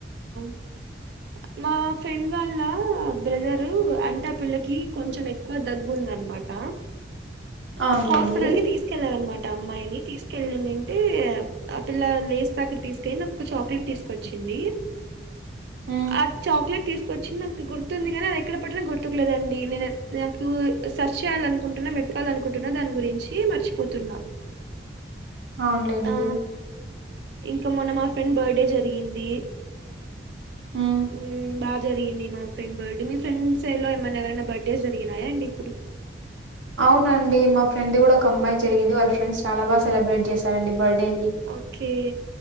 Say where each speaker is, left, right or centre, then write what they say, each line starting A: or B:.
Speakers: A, on the right (about 60°); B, on the right (about 85°).
A: మ్యాగీ మా ఫ్రెండ్ వాళ్ళ బ్రదరు అంటే ఆ పిల్లకి కొంచెం ఎక్కువ దగ్గు ఉందన్న మాట
B: అవునులేండి
A: హాస్పిటల్కి తీసుకెళ్లారన్నమా ట అమ్మాయిని తీసుకెల్లి ఉండింటే ఆ పిల్ల లేస్ ప్యాకెట్ తీసుకొని నాకు ఒక చాక్లట్ తీసు కొచ్చింది
B: హ్మ్.
A: ఆ చాక్లెట్ తీసుకొచ్చింది నాకు గుర్తుంది గానీ అది ఎక్కడ పెట్టానో గుర్తుకులేదండి. నేనన్ నాకు సర్చ్ చేయాలనుకుంటు న్నా వెతకాలి అనుకుంటున్నా దాని గురించి మర్చిపోతున్నా
B: అవునులేండి
A: ఆ ఇంకా మొన్న మా ఫ్రెండ్ బర్త్డే జరిగింది.
B: ఉమ్
A: ఊ బా జరిగింది మా ఫ్రెండ్ బర్త్డే. మీ ఫ్రెండ్స్ ఏమన్నా ఎవరైనా బర్త్డేస్ జరిగినాయ అండి ఇప్పుడు?
B: అవునండి మా ఫ్రెండ్ది కూడా ఒక అమ్మాయి జరిగింది. వాళ్ళ ఫ్రెండ్స్ చాలా బాగా సెలబ్రేట్ చేశారండి బర్త్డే.
A: ఓకే